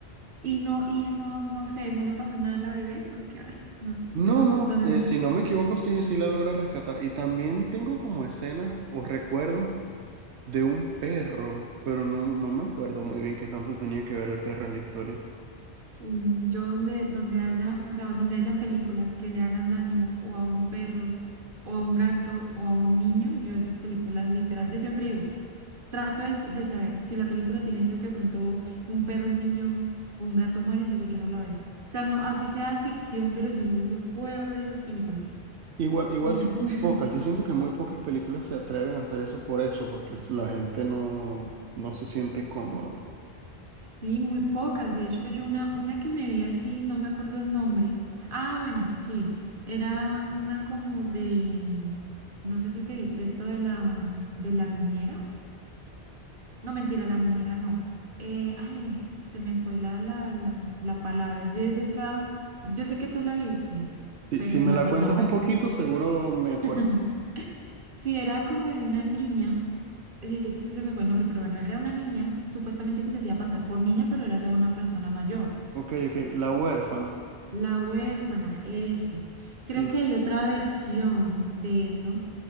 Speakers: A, on the right; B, on the right.
A: y no, y no, no sé, no le pasó nada a la bebé porque, ay, no sé,
B: No,
A: no me gustan
B: no,
A: esas.
B: eh, si no me equivoco, sí, sí la logra rescatar. Y también tengo como escenas o recuerdos de un perro, pero no, no me acuerdo muy bien qué tanto tenía que ver el perro en la historia.
A: Uy, no. Yo donde, donde haya, o sea, donde hayan películas que le hagan daño o a un perro, o a un gato, o a un niño, yo esas películas literal, yo siempre digo, trato de, de saber si la película tiene eso de que de pronto un perro, un niño o un gato mueren, digo, yo no la veo. O sea, no, así sea ficción, pero yo no, no puedo ver esas películas.
B: Igual, igual
A: No sé.
B: son muy
A: <laughs>
B: pocas. Yo siento que muy pocas películas se atreven a hacer eso por eso, porque s- la gente no, no se siente cómoda.
A: Sí, muy pocas. De hecho, yo una, una que me vi así, no me acuerdo el nombre. Ah, bueno, sí. Era una como de, mm, no sé si te viste esto de la, de la niñera. No, mentira, la niñera no. Eh, ay, se me fue la, la, la, la palabra. Es de, de esta, yo sé que tú la viste,
B: Si,
A: pero
B: si
A: se
B: me
A: me
B: la
A: fue
B: cuentas
A: el nombre.
B: un poquito, seguro me acuerdo.
A: <laughs> Sí, era como de una niña, sí es que se me fue el nombre, pero bueno, era una niña, supuestamente que se hacía pasar por niña, pero era ya una persona mayor.
B: Ok, ok. La huérfana.
A: La huérfana, eso.
B: Sí.
A: Creo que hay otra versión de eso